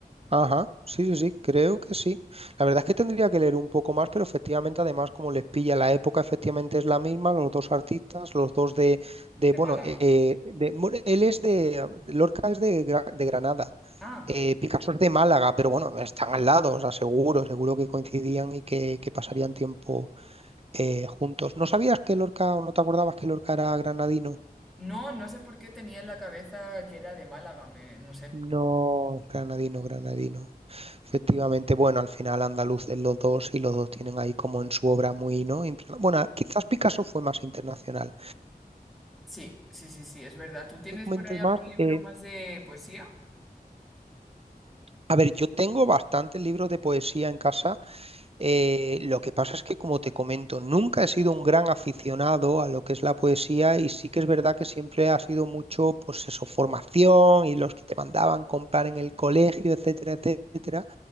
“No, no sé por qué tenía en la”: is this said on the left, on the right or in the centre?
Centre